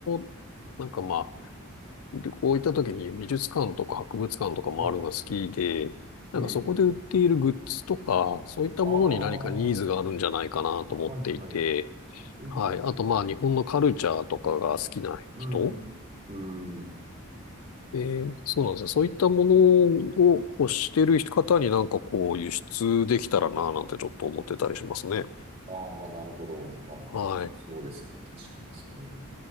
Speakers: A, on the left; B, on the right.
A: の、なんかまあ、旅行行った時に美術館とか博物館とか回るのが好きで、
B: はい。
A: なんかそこで売っているグッズとか、
B: ええ、
A: そういったものに何かニーズがあるんじゃないかなと思っていて、
B: ああ、はい、はい。いいですね。
A: はい。あとまあ日本のカルチャーとかが好きな人
B: うん、うーん。
A: で、そうなんですよ。そういったものを欲してる方になんかこう輸出できたらななんてちょっと思ってたりしますね。
B: ああ、なるほど。まあ、
A: はい。
B: 良さそうですね。確かに、それは。う